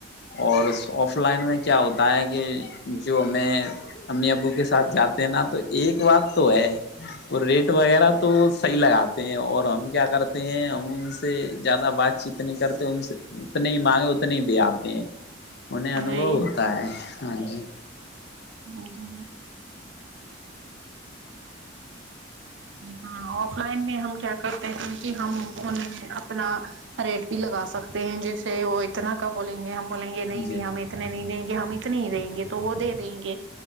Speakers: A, on the left; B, on the right.
A: اور آف لائن میں کیا ہوتا ہے کہ جو میں امی ابو کے ساتھ جات نا تو ایک بات تو ہے وہ ریٹ وغیرہ تو صحیح لگاتے ہیں اور ہم کیا کرتے ہیں ہم ان سے زیادہ بات چیت اتنی کرتے ان سے اتنے ہی مانگے اتنے ہی دے آتے ہیں انہیں انوبو
B: جی
A: ہوتا
B: جی
A: ہے ہاں جی
B: ہاں جی ہ آف لائن میں ہم کیا کرتے ہیں کہ ہم ان اپنا ریٹ بھی لگا سکتے ہیں جیسے وہ اتنا کا بولیں گے ہم بولیں گے
A: ہاں
B: نہیں نہیں
A: جی
B: ہم اتنے نہیں دیں گے ہم اتنی ہی دیں گے تو وہ دے دیں گے